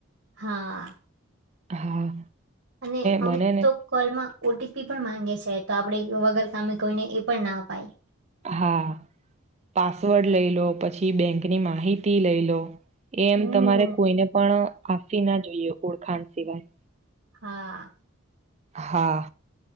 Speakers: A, on the right; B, on the right.
A: હા
B: હા
A: અને અમુક
B: બને ને
A: તો કોલમાં ઓટીપી પણ માંગે છે તો આપણેે વગર કામે કોઈને એ પણ ના આપાય
B: હા પાસવર્ડ લઈલો પછી બેંકની માહિતી લઈલો એમ
A: હમ
B: તમારે કોઈને પણ આપવી ના જોઈએ ઓળખાણ સિવાય
A: હા
B: હા